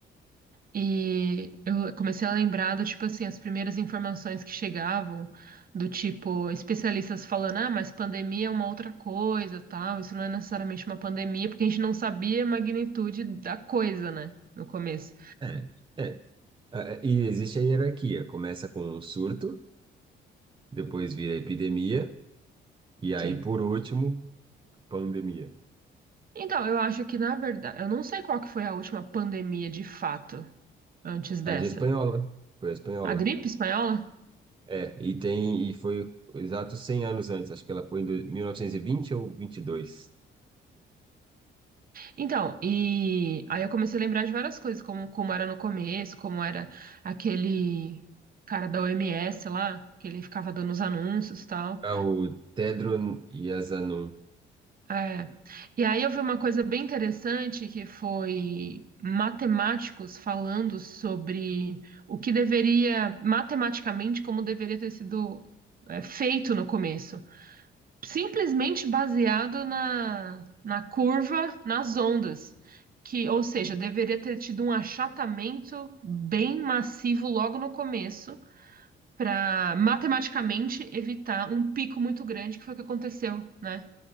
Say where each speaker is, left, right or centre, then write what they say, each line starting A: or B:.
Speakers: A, on the right; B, on the right.
A: E eu comecei a lembrar do tipo assim, as primeiras informações que chegavam, do tipo, especialistas falando, ah, mas pandemia é uma outra coisa, tal, isso não é necessariamente uma pandemia, porque a gente não sabia a magnitude da coisa, né, no começo.
B: É. é. É, é, E existe a hierarquia. Começa com o surto, depois vira epidemia, e aí,
A: Sim.
B: por último, pandemia.
A: Então, eu acho que, na verdade, eu não sei qual que foi a última pandemia de fato, antes dessa.
B: A de espanhola. Foi a espanhola.
A: A gripe espanhola?
B: É, e tem, e foi exato 100 anos antes. Acho que ela foi em do- 1920 ou 22.
A: Então, e aí eu comecei a lembrar de várias coisas, como, como era no começo, como era aquele cara da OMS lá, que ele ficava dando os anúncios e tal.
B: É o Tedron Adhanom.
A: É. E aí eu vi uma coisa bem interessante que foi matemáticos falando sobre o que deveria, matematicamente, como deveria ter sido, é, feito no começo. simplesmente baseado na, na curva, nas ondas, que, ou seja, deveria ter tido um achatamento bem massivo logo no começo, para matematicamente evitar um pico muito grande, que foi o que aconteceu, né?